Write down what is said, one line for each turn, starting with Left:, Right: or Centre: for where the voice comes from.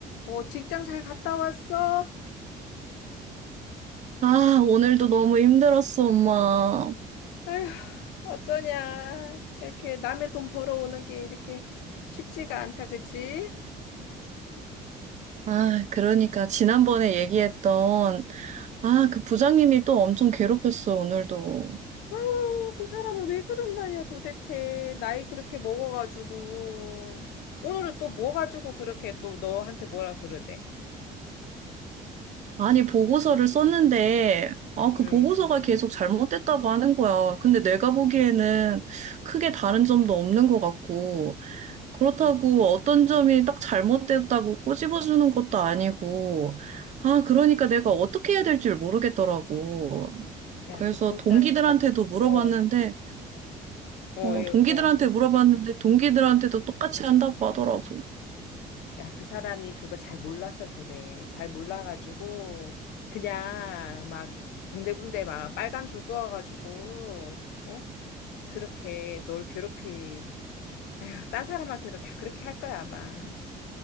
Left: 어, 직장 잘 갔다 왔어?
Right: 아, 오늘도 너무 힘들었어, 엄마.
Left: 아휴, 어쩌냐. 이렇게 남의 돈 벌어오는 게 이렇게 쉽지가 않다, 그치?
Right: 아, 그러니까 지난번에 얘기했던 아, 그 부장님이 또 엄청 괴롭혔어, 오늘도.
Left: 아유, 그 사람은 왜 그런다냐, 도대체. 나이 그렇게 먹어가지고. 오늘은 또 뭐 가지고 그렇게 또 너한테 뭐라 그러대?
Right: 아니, 보고서를 썼는데 아,
Left: 응.
Right: 그 보고서가 계속 잘못됐다고 하는 거야. 근데 내가 보기에는 크게 다른 점도 없는 것 같고 그렇다고 어떤 점이 딱 잘못됐다고 꼬집어주는 것도 아니고 아, 그러니까 내가 어떻게 해야 될지 모르겠더라고.
Left: 야,
Right: 그래서
Left: 그 불쌍히
Right: 동기들한테도
Left: 잘,
Right: 물어봤는데
Left: 어, 어,
Right: 어,
Left: 얘,
Right: 동기들한테
Left: 어.
Right: 물어봤는데 동기들한테도 똑같이 한다고 하더라고.
Left: 야, 그 사람이 그거 잘 몰라서 그래. 잘 몰라가지고, 그냥 막 군데군데 막 빨간 줄 그어가지고, 응? 그렇게 널 괴롭히. 에휴, 딴 사람한테도 다 그렇게 할 거야, 아마.